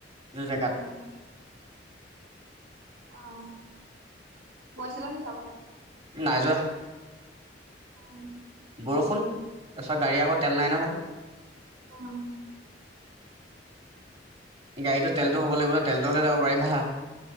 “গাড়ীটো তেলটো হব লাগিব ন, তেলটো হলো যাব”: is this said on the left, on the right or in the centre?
Right